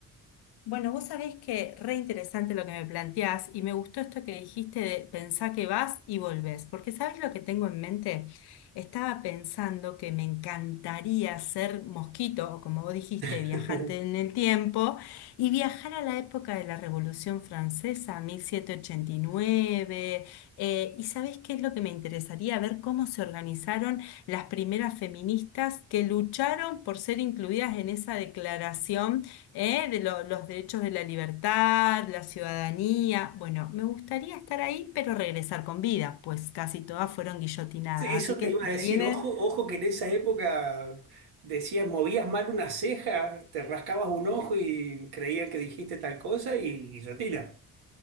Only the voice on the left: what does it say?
Bueno, vos sabés que re interesante lo que me planteás y me gustó esto que dijiste de pensá que vas y volvés, porque ¿sabés lo que tengo en mente? Estaba pensando que me encantaría ser mosquito, o como vos dijiste,
viajante en el tiempo, y viajar a la época de la Revolución Francesa, 1789, eh, y ¿sabés qué es lo que me interesaría? Ver cómo se organizaron las primeras feministas que lucharon por ser incluidas en esa declaración ¿eh? De lo- los derechos de la libertad, la ciudadanía. Bueno, me gustaría estar ahí, pero regresar con vida, pues casi todas fueron guillotinadas.
Así que
me
viene.